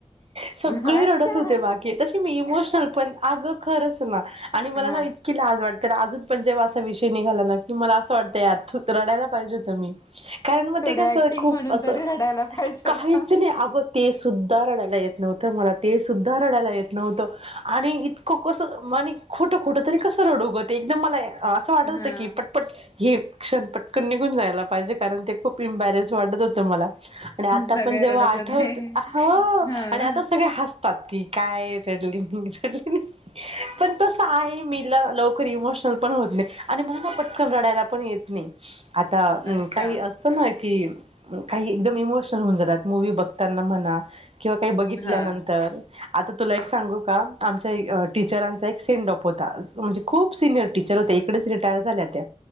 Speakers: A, on the right (about 55°); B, on the left (about 30°).
A: सगळे
B: अच्छा.
A: रडत होते बाकी तशी मी इमोश शनल पण अगं खरच ना आणि मला
B: हां.
A: ना इतकी लाज वाट तर अजून पण जेव्हा असा विषय निघाला ना की मला असं वाटतंय यार रडयला पाहिजे होतं मी कारण मग
B: थोडी
A: ते कसं
B: ॲक्टिंग
A: खूप
B: म्हणून
A: असं
B: तरी रडायला पाहिजे
A: काहीच
B: होतं.
A: नाही अगं ते सुद्धा रडायला येत नव्हतं मला ते सुद्धा रडायला येत नव्हतं आणि इतकं कसं म्ह खोटं खोटं तरी कसं रडूगं ते एकदम मला असं वाटत
B: हां.
A: होतं की पटपट हे क्षण पटकन निघून जायला पाहिजे कारण ते खूप इम्बॅरेन्स वाटत होतं मला आणि आता
B: सगळे
A: पण जेव्हा
B: रडत
A: आठवत
B: होते.
A: हा..
B: हां.
A: आणि आता सगळे हस <unintelligible> काय रडली म रडली पण तस आहे मला लोक इमोशनल पण होत नाही आणि मला ना पटकन रडायला पण येत नाही आता
B: अच्छा.
A: काही असत ना कि काही एकदम इमोशनल होऊन जातात मूवी बघताना म्हणा किंवा काही बघितल्यानंतर
B: हां,
A: आता तुला एक सांगू का आमच्या अ.. टीचरांचा एक सेन्ड-ऑफ होता म्हण खूप सिनियर टीचर होत्या
B: हां.
A: इकडेच रिटायर झाल्या त्या